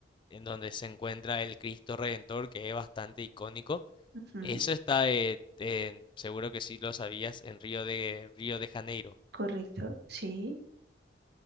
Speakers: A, on the left; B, on the right.
A: en donde se encuentra el Cristo Redentor, que es bastante icónico,
B: ujú.
A: Eso está en, en- seguro que sí lo sabías, en Río de, Río de Janeiro
B: correcto, sí,